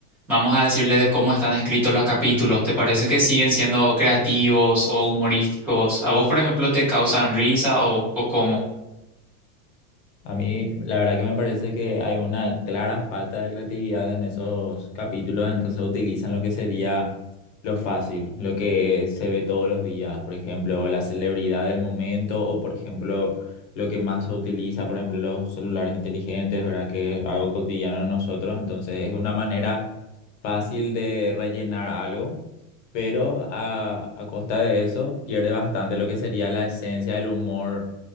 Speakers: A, in the centre; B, on the left.
A: Vamos a decirle de cómo están escritos los capítulos. ¿Te parece que siguen siendo creativos o humorísticos? ¿A vos, por ejemplo, te causan risa o, o cómo?
B: A mí, la verdad que me parece que hay una clara falta de creatividad en esos capítulos, entonces utilizan lo que sería lo fácil, lo que se ve todos los días, por ejemplo, la celebridad del momento o, por ejemplo, lo que más se utiliza, por ejemplo, los celulares inteligentes, ¿verdad? Que es algo cotidiano en nosotros, entonces es una manera fácil de rellenar algo, pero a, a costa de eso pierde bastante lo que sería la esencia del humor